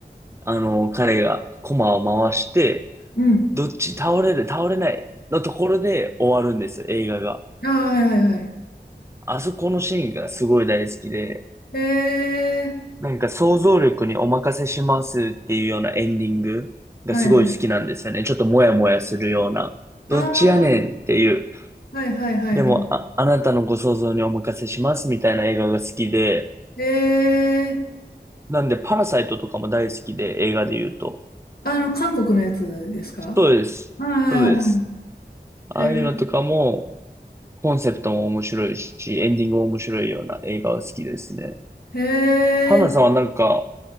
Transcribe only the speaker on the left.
うん。
ああ、はいはいはい。
へえ。
はいはい。
ああ、
はいはいはいは
い。へえ。
あの、韓国のやつですか
はいはいはい
へ
え。
へ